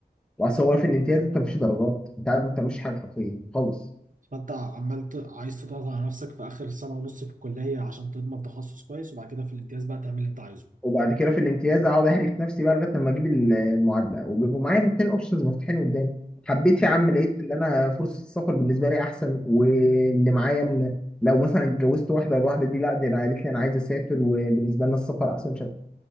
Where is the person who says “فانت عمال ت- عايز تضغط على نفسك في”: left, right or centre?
Right